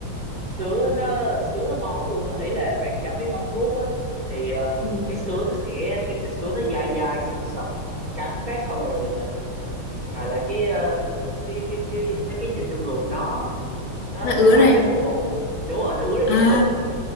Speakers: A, on the right; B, on the left.
A: sứa nó sứa nó ngon lắm luôn á ý là bạn chấm với mắm ruốc á thì ờ,
B: ừ.
A: cái sứa nó sẽ cái thịt sứa nó dai dai sật sật cắn phát xong rồi ờ, rồi là cái ờ, cái cái cái mấy cái dịch trong người nó nó
B: nó
A: nó
B: ứa
A: bắn
B: này
A: ra trong mồm á đúng rồi nó ứa ra
B: à
A: trong mồm